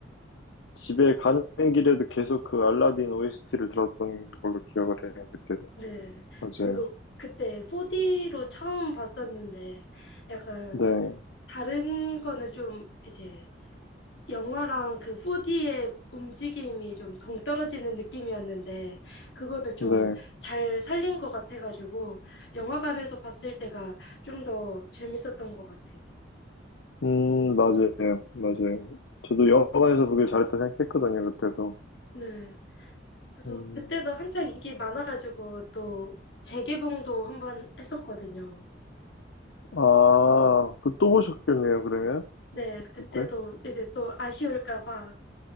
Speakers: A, on the left; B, on the left.
A: 집에 가는 길에도 계속 그 알라딘 OST를 들었던 걸로 기억을 해요, 그때도.
B: 네,
A: 맞아요.
B: 저도 그때 4D로 처음 봤었는데 약간
A: 네,
B: 다른 거는 좀 이제 영화랑 그 4D의 움직임이 좀 동떨어지는 느낌이었는데 그거는 좀
A: 네.
B: 잘 살린 것 같아가지고 영화관에서 봤을 때가 좀 더 재밌었던 것 같아요.
A: 음, 맞아요. 맞아요. 저도 영화관에서 보길 잘했다 생각했거든요, 그때도.
B: 네. 그래서
A: 음,
B: 그때도 한창 인기 많아가지고 또 재개봉도 한번 했었거든요.
A: 아, 그 또 보셨겠네요, 그러면?
B: 네, 그때도
A: 그때?
B: 이제 또 아쉬울까 봐